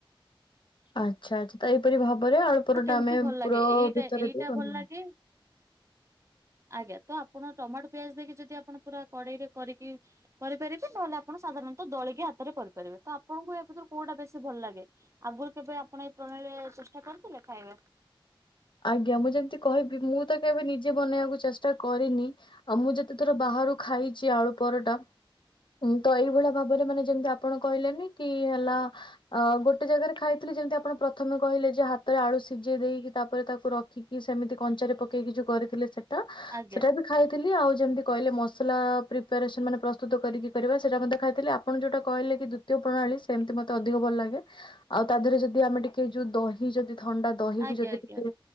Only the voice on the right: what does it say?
କେମିତି
ଭଲ ଲାଗେ
ଏଇଟା
ଏଇଟା
ଭଲ ଲାଗେ
ଆଜ୍ଞା ତ ଆପଣ ଟମାଟୋ ପିଆଜ୍‌ ଦେଇକି ଯଦି ଆପଣ ପୁରା କଡେଇରେ କରିକି କରିପାରିବେ ନହେଲେ ଆପଣ ସାଧାରଣତଃ ଦଳିକି ହାତରେ କରିପାରିବେ ତ ଆପଣଙ୍କୁ ୟା ଭିତରୁ କୋଉଟା ବେଶୀ ଭଲ ଲାଗେ? ଆଗୁରୁ କେବେ ଆପଣ ଏଇ ପ୍ରଣାଳୀରେ ଚେଷ୍ଟା କରିଥିଲେ ଖାଇବା?
ଆଜ୍ଞା
ଆଜ୍ଞା
ଆଜ୍ଞା